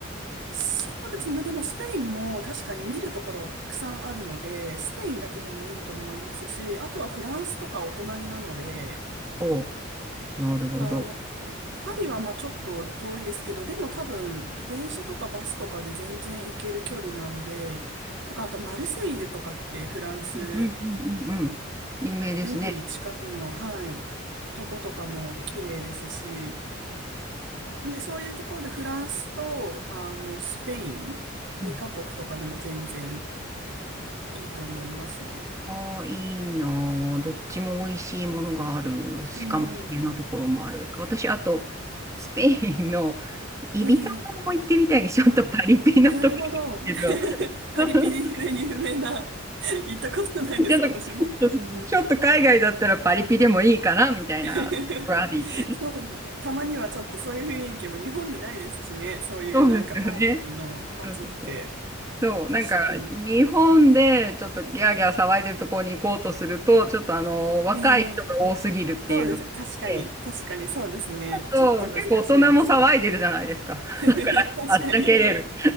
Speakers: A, on the right; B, on the right.
A: そうですね。まあでもスペインも確かに見るところはたくさんあるので、スペインだけでもいいと思いますし、あとはフランスとかお隣なので、
B: おうなるほど。
A: あの、パリはまあちょっと遠いですけど、でも多分電車とかバスとかで全然行ける距離なんで、とかあとマルセイユとかってフランス、
B: うんうんうんうん。有名ですね。
A: 海近くの、はい、とことかも綺麗ですし、なんでそういうところでフランスとあのスペイン2カ国とかでも全然
B: うん、
A: いいと思いますね。
B: ああ、いいなあどっちも美味しいものがある。しかも綺麗なところもある。
A: ええ
B: 私、あと、スペインのイビサ島も行ってみたいに、
A: ええ
B: ちょっとパリピなところですけど。
A: あ、なるほど。<laughs> パリピリで有名な、
B: <laughs>
A: <laughs> 行ったことないです、
B: ちょっと、
A: 私も。
B: そうそうそうちょっと海外だったらパリピでもいいかなみたいな、
A: <laughs>
B: バディ。
A: そうですね。たまにはちょっとそういう雰囲気も日本にないですしね。そういうなんかパーティーの街って。
B: そうですよね。そうそうそう。そう、
A: 確かに。
B: なんか、日本でちょっとギャーギャー騒いでるところに行こうとすると、ちょっとあの、若い人が多すぎるっていうので、
A: えー、そうですね。確かに。確かにそうですね。
B: あと、
A: ちょっと難しいですね。
B: 結構大人も騒いでるじゃないですか。
A: <laughs> 確かに。
B: <laughs> あっちゃけれる。